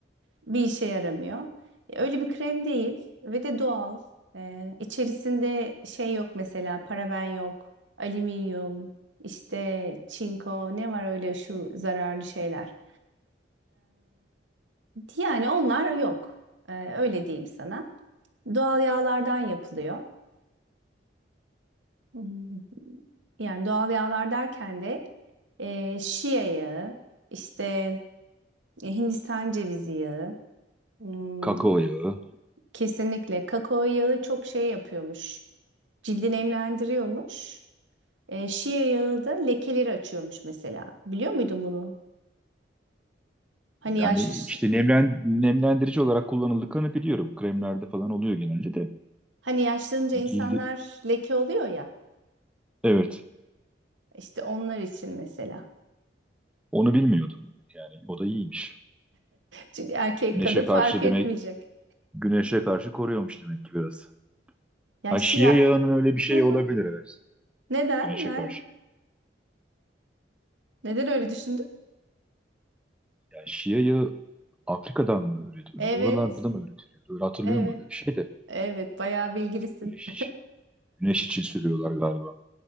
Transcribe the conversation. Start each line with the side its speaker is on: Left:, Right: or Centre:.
Right: Bir işe yaramıyor. E, Öyle bir krem değil ve de doğal. Ee, içerisinde şey yok mesela paraben yok, alüminyum, işte çinko ne var öyle şu zararlı şeyler. Yani onlar yok. Ee, öyle diyeyim sana. Doğal yağlardan yapılıyor. Hmm, Yani doğal yağlar derken de e, şia yağı, işte e, Hindistan cevizi yağı, hmm,
Centre: Kakao yağı.
Right: kesinlikle kakao yağı çok şey yapıyormuş. Cildi nemlendiriyormuş. E, şia yağı da lekeleri açıyormuş mesela. Biliyor muydun bunu? Hani
Centre: Yani
Right: yaş
Centre: işte nemlen, nemlendirici olarak kullanıldıklarını biliyorum. Kremlerde falan oluyor genelde de.
Right: hani yaşlanınca insanlar
Centre: Cildi,
Right: leke oluyor ya.
Centre: Evet,
Right: İşte onlar için mesela.
Centre: onu bilmiyordum. Yani o da iyiymiş.
Right: Çünkü erkek
Centre: Güneşe
Right: kadın fark
Centre: karşı
Right: etmeyecek.
Centre: demek, güneşe karşı koruyormuş demek ki biraz.
Right: Yani
Centre: Ha,
Right: Şia.
Centre: şia yağının öyle bir şey
Right: Hı hı.
Centre: olabilir evet.
Right: Neden?
Centre: Güneşe
Right: Ne-
Centre: karşı.
Right: Neden öyle düşündün?
Centre: Yani şia yağı Afrika'dan mı üretiliyor?
Right: Evet.
Centre: Oralardan mı üretiliyor? Öyle hatırlıyorum
Right: Evet.
Centre: öyle bir şey de.
Right: Evet. Bayağı bilgilisin.
Centre: Güneş için, güneş için sürüyorlar galiba.